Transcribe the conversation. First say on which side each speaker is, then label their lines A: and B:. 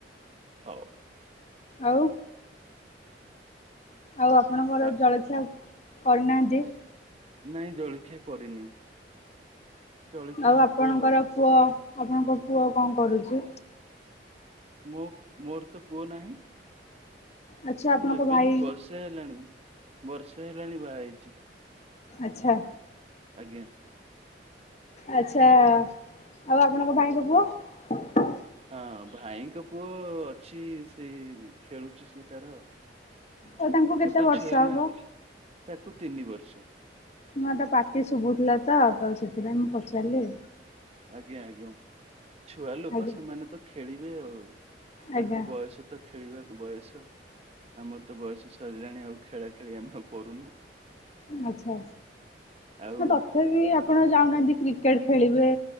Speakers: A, on the right (about 35°); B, on the left (about 40°).
A: ହଉ
B: ଆଉ। ଆଉ ଆପଣଙ୍କର
A: ଆ
B: ଜଳଖିଆ କରି ନାହାନ୍ତି।
A: ନାଇଁ ଜଳିଖିଆ କରିନି। ଜଳଖିଆ
B: ଆଉ
A: ହବ
B: ଆପଣଙ୍କର
A: ଆଉ।
B: ପୁଅ ଆପଣଙ୍କ ପୁଅ କଁ କରୁଚି।
A: ମୋ ମୋର ତ ପୁଅ ନାହିଁ।
B: ଆଚ୍ଛା ଆପଣଙ୍କ
A: ମୁଁ ଏବେ
B: ଭାଇ
A: ହି ବର୍ଷେ ହେଲାଣି ବର୍ଷେ ହେଲାଣି ବାହା ହେଇଚି।
B: ଆଚ୍ଛା।
A: ଆଜ୍ଞା।
B: ଆଚ୍ଛା ଆଉ ଆପଣଙ୍କ ଭାଇଙ୍କ ପୁଅ।
A: ହଁ ଭାଇଙ୍କ ପୁଅ ଅଛି ସେଇ ଖେଳୁଛି ସେ ତାର।
B: ଆଉ ତାଙ୍କୁ କେତେ
A: ଛୋଟ
B: ବର୍ଷ
A: ଛୁଆ
B: ହବ?
A: ନା ତାକୁ ତିନି ବର୍ଷ।
B: ହଁ ତା ପାଟି ଶୁବୁଥିଲା ତ ତ ସେଥିପାଇଁ ମୁଁ ପଚାରିଲି।
A: ଆଜ୍ଞା ଆଜ୍ଞା ଛୁଆ ଲୋକ
B: ଆଜ୍ଞା
A: ସେମାନେ ତ ଖେଳିବେ ଆଉ।
B: ଆଜ୍ଞା
A: ତାଙ୍କ ବୟସ ତ ଖେଳିବା। ବୟସ ଆମର ତ ବୟସ ସରିଲାଣି ଆଉ ଖେଳା ଖେଳି ଆମେ ଆଉ କରୁନୁ।
B: ଆଚ୍ଛା
A: ଆଉ
B: ନା ତଥାପି ଆପଣ ଯାଉ ନାହାନ୍ତି କ୍ରିକେଟ୍ ଖେଳିବେ।